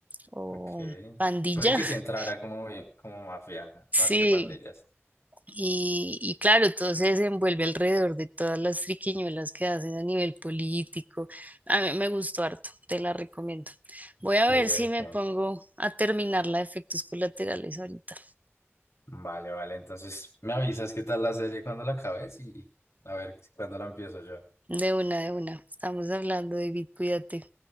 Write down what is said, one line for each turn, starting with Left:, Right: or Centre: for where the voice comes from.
Right: o
Left: Ok.
Right: pandilla.
Left: Puede que
Right: <laughs>
Left: sí entrara como, como mafia,
Right: Sí,
Left: más que pandillas.
Right: y, y claro, todo se desenvuelve alrededor de todas las triquiñuelas que hacen a nivel político. A mí me gustó harto, te la recomiendo. Voy a
Left: Ok,
Right: ver si
Left: ok.
Right: me pongo a terminar la de efectos colaterales ahorita.
Left: Vale, vale. Entonces me avisas qué tal la serie cuando la acabes y a ver cuándo la empiezo yo.
Right: De una, de una. Estamos hablando, David, cuídate.